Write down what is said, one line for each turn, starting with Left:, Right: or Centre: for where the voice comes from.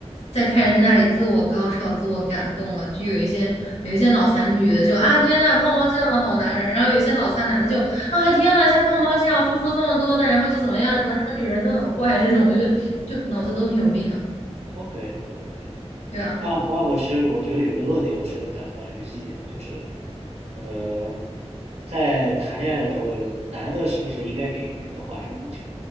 Left: 在开始在那里自我高潮、自我感动了，就有一些有一些脑残女的就啊天呐，胖猫这样的好男人，然后有一些脑残男的就啊天呐，像胖猫这样付出这么多的，然后就怎么样，什么什么女人都很坏这种，我觉得就脑子都挺有病的，
Right: ？OK OK，
Left: 对啊，
Right: 那那我其实我觉得有一个论点，我其实蛮蛮有意义的，就是呃，在谈恋爱的时候，男的是不是应该给女的花这么多钱？